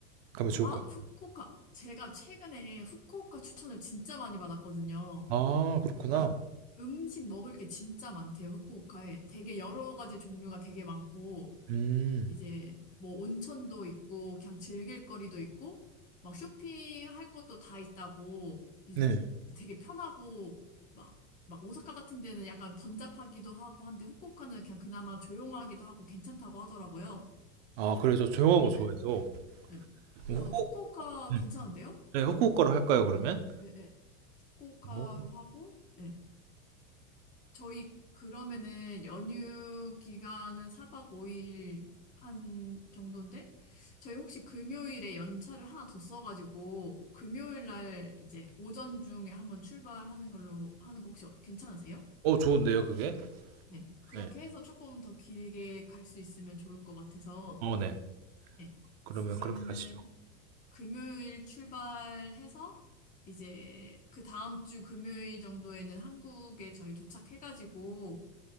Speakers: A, on the right; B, on the left.
A: 가면 좋을
B: 아,
A: 것 같아요.
B: 후쿠오카. 제가 최근에 후쿠오카 추천을 진짜 많이 받았거든요.
A: 아, 그렇구나.
B: 그러니까 음식 먹을 게 진짜 많대요, 후쿠오카에. 되게 여러 가지 종류가 되게 많고,
A: 음.
B: 이제 뭐 온천도 있고, 그냥 즐길 거리도 있고, 막 쇼핑할 것도 다 있다고, 이제
A: 네.
B: 되게 편하고, 막, 막 오사카 같은 데는 약간 번잡하기도 하고 한데, 후쿠오카는 그냥 그나마 조용하기도 하고 괜찮다고 하더라고요.
A: 아, 그래 저 조용한 거
B: 예,
A: 좋아해서
B: 예. 네. 그래서
A: 그럼
B: 후쿠오카
A: 후쿠
B: 괜찮은데요?
A: 음. 네, 후쿠오카로 할까요, 그러면?
B: 네, 네. 후쿠오카로
A: 어,
B: 하고, 네. 저희 그러면은 연휴 기간은 4박 5일 한 정도인데, 저희 혹시 금요일에 연차를 하나 더 써가지고, 금요일 날 이제 오전 중에 한번 출발하는 걸로 하는 거 혹시 어- 괜찮으세요?
A: 어 좋은데요, 그게?
B: 네. 그렇게
A: 네.
B: 해서 조금 더 길게 갈 수 있으면 좋을 것 같아서,
A: 어, 네.
B: 네.
A: 그러면
B: 그러면은
A: 그렇게 가시죠.
B: 금요일 출발해서 이제 그 다음 주 금요일 정도에는 한국에 저희 도착해가지고